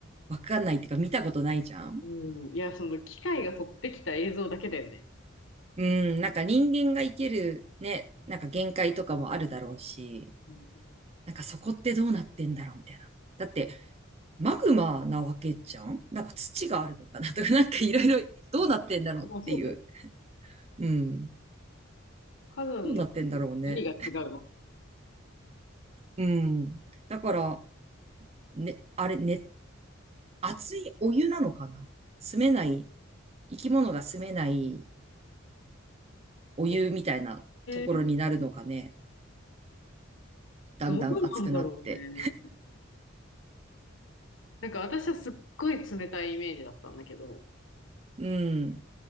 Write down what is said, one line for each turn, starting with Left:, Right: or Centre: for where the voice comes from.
Right: わかんないっていうか見たことないじゃん。
Left: うん、いや、その機械が撮ってきた映像だけだよね。
Right: うん、なんか人間が生きるね、なんか限界とかもあるだろうし、
Left: うん
Right: なんかそこってどうなってんだろうみたいな。だって、マグマなわけじゃんなんか土があるのかな <laughs> とか、なんかいろいろどうなってんだろうっていう。
Left: うんまあ、そうだよ。
Right: うん。
Left: 火山の
Right: どうなってんだろうね。
Left: 何が違うの
Right: うん。だから、ね、あれね、熱いお湯なのかな住めない、生き物が住めないお湯みたいなところになるのかね。
Left: えー
Right: だんだん熱くなって。
Left: どうなんだろうね。なんか私はすっごい冷たいイメージだったんだけど、
Right: うん。